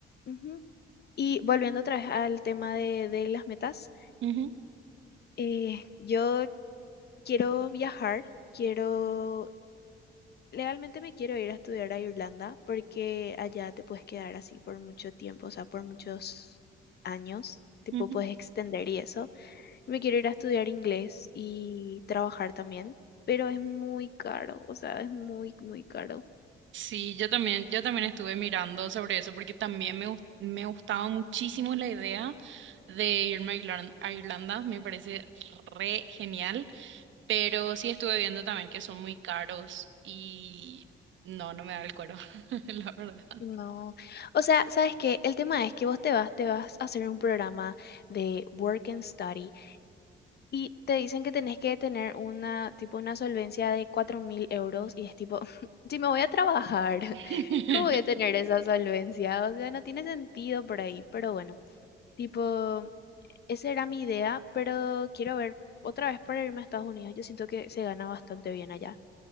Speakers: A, on the left; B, on the right.
A: ujú. Y volviendo otra vez al tema de, de las metas.
B: Ujú,
A: Eh, yo quiero viajar, quiero, legalmente me quiero ir a estudiar a Irlanda porque allá te puedes quedar así por mucho tiempo, o sea, por muchos años, tipo
B: ujú.
A: puedes extender y eso. Me quiero ir a estudiar inglés y trabajar también, pero es muy caro, o sea, es muy, muy caro.
B: Sí, yo también, yo también estuve mirando sobre eso porque también me, gus- me gustaba muchísimo la idea de irme a Irlan- a Irlanda, me parece re genial, pero sí estuve viendo también que son muy caros y no, no me da el cuero, <laughs> la verdad.
A: No, o sea, ¿sabes qué? El tema es que vos te vas, te vas a hacer un programa de work and study Y te dicen que tenés que tener una, tipo, una solvencia de 4.000 euros y es tipo, <laughs> si me voy a trabajar, <laughs>
B: <laughs>
A: ¿cómo voy a tener esa solvencia? O sea, no tiene sentido por ahí, pero bueno, tipo, esa era mi idea, pero quiero ver otra vez para irme a Estados Unidos. Yo siento que se gana bastante bien allá.